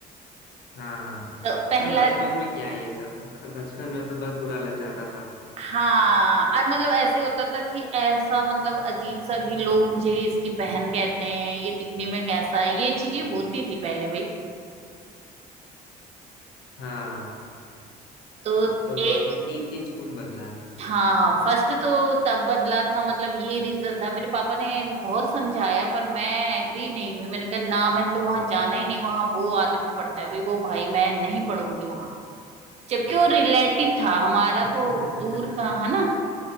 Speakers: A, on the left; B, on the right.
A: हाँ
B: तो पहला
A: हाँ, बचपन में क्या ये सब <laughs> बचपन में तो बस बुरा लग जाता था
B: हाँ और मतलब ऐसे होता था कि ऐसा मतलब अजीब सा कि लोग मुझे इसकी बहन कहते हैं ये दिखने में कैसा है ये चीजें होती थी पहले भाई
A: हाँ
B: तो
A: तो
B: एक
A: आपने तीन तीन स्कूल बदला है
B: हाँ फर्स्ट तो तब बदला था मतलब ये रीजन था मेरे पापा ने बहुत समझाया पर मैं एग्री नहीं हुई मैंने कहा ना मैंने तो वहां जाना ही नहीं वहां वो आदमी पढ़ता है भाई वो भाई मैं नहीं पढ़ूंगी वहां जबकि वो रिलेटिव था हमारा
A: <laughs>
B: तो दूर का है ना